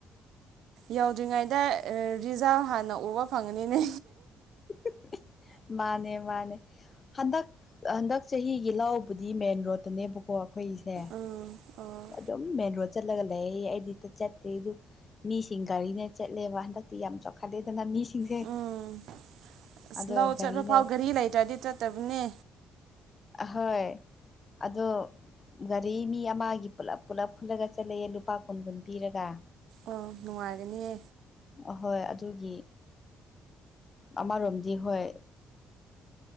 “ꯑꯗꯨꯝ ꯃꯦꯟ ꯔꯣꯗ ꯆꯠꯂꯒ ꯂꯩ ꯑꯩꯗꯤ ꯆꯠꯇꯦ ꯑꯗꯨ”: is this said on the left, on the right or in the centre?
Left